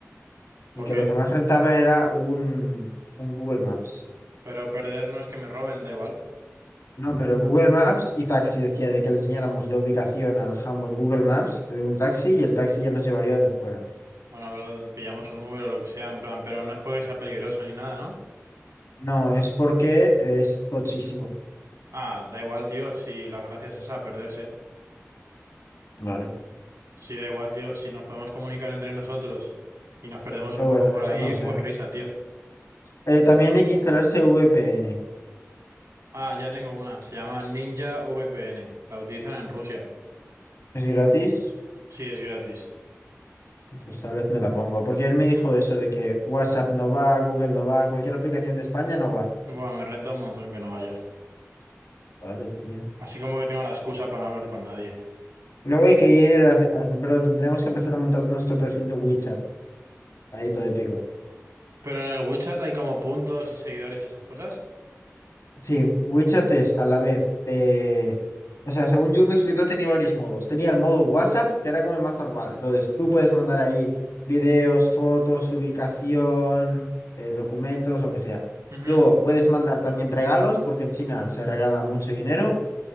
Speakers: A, on the right; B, on the left.
A: ¿Por
B: Y que
A: qué?
B: lo que más rentaba era un, un Google Maps.
A: Pero perder no es que me roben, da igual.
B: No, pero Google Maps y taxi decía de que le enseñáramos la ubicación al jambo en Google Maps de un taxi y el taxi ya nos llevaría donde fuera.
A: Bueno, bro, pillamos un Uber o lo que sea, en plan, pero no es porque sea peligroso ni nada, ¿no?
B: No, es porque es tochísimo.
A: Ah, da igual, tío, si la gracia es esa, perderse.
B: Vale.
A: Sí, da igual, tío, si nos podemos comunicar entre nosotros y nos perdemos
B: Pero
A: un poco
B: bueno,
A: por
B: eso
A: ahí,
B: no sé.
A: pues risa, tío.
B: Eh, también hay que instalarse VPN.
A: Ah, ya tengo una. Se llama Ninja VPN. La utilizan en Rusia.
B: Es gratis.
A: Sí, es gratis.
B: Entonces tal vez me la pongo. Porque él me dijo eso de que WhatsApp no va, Google no va, cualquier aplicación de España no va.
A: Buah, me renta un montón que no vaya.
B: Vale, tío.
A: Así como que tengo la excusa para no hablar con nadie.
B: Luego hay que ir, a- a- bro, tendríamos que empezar a montar nuestro perfil de WeChat. Ahí todo épico.
A: Pero en el WeChat hay como puntos y seguidores y esas cosas.
B: Sí, WeChat es a la vez. eh, o sea, según yo me explicó, tenía varios modos. Tenía el modo WhatsApp, que era como el más normal. Entonces, tú puedes mandar ahí videos, fotos, ubicación, eh, documentos, lo que sea.
A: Ujú.
B: Luego, puedes mandar también regalos, porque en China se regala mucho dinero.